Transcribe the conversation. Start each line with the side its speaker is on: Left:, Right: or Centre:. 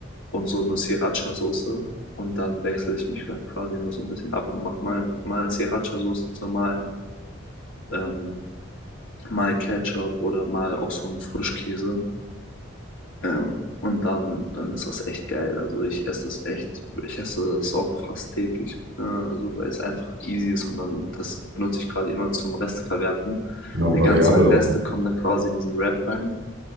Left: und so eine Sriracha-Soße. Und dann wechsle ich mich da quasi immer so ein bisschen ab und mache mal, mal Sriracha-Soße, mal, ähm, mal Ketchup oder mal auch so einen Frischkäse. Ähm, und dann, dann ist das echt geil. Also ich esse das echt, ich esse das auch fast täglich. Äh, also weil es einfach easy ist und dann das benutze ich quasi immer zum Resteverwerten.
Right: Genau, und
Left: Die
Right: variabel
Left: ganzen Reste
Right: auch. Ne?
Left: kommen da quasi in diesen Wrap rein.